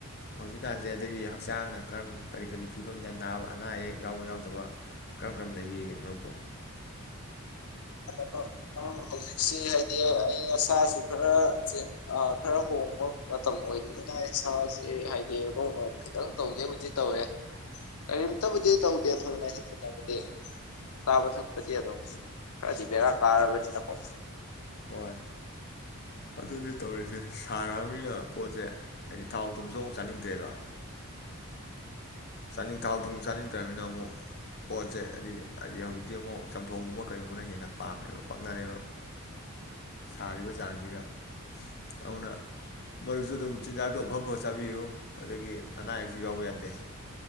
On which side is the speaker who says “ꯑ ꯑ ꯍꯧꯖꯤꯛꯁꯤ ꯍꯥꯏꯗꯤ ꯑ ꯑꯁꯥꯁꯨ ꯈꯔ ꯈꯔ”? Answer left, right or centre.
Left